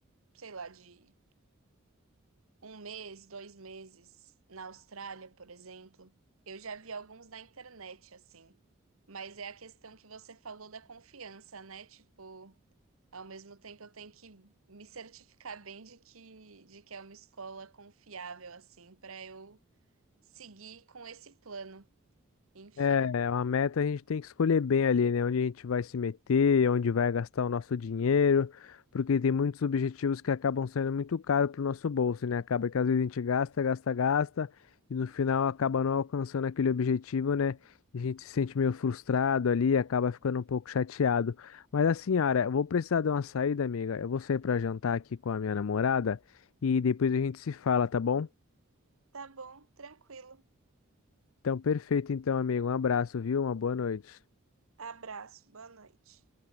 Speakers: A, on the right (about 80°); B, on the left (about 75°).
A: sei lá, de um mês, dois meses na Austrália, por exemplo. Eu já vi alguns na internet, assim. Mas é a questão que você falou da confiança, né? Tipo, ao mesmo tempo eu tenho que me certificar bem de que, de que é uma escola confiável, assim, para eu seguir com esse plano. Enfim.
B: É, é uma meta a gente tem que escolher bem ali, né? Onde a gente vai se meter, onde vai gastar o nosso dinheiro, porque tem muitos objetivos que acabam sendo muito caros para o nosso bolso, né? Acaba que às vezes a gente gasta, gasta, gasta, e no final acaba não alcançando aquele objetivo, né? E a gente se sente meio frustrado ali, acaba ficando um pouco chateado. Mas assim, Ara, eu vou precisar de uma saída, amiga. Eu vou sair para jantar aqui com a minha namorada e depois a gente se fala, tá bom?
A: Tá bom, tranquilo.
B: Então, perfeito, então, amigo. Um abraço, viu? Uma boa noite.
A: Abraço, boa noite.